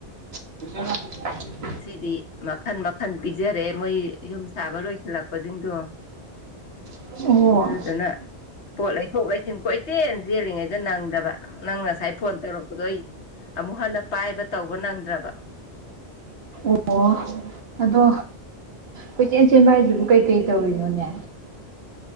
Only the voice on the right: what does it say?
<unintelligible>
ꯑꯣ
ꯑꯣ ꯑꯗꯣ ꯀꯣꯏꯆꯦꯟ ꯆꯦꯟꯕ ꯍꯥꯏꯁꯤꯕꯨ ꯀꯩꯀꯩ ꯇꯧꯔꯤꯅꯣꯅꯦ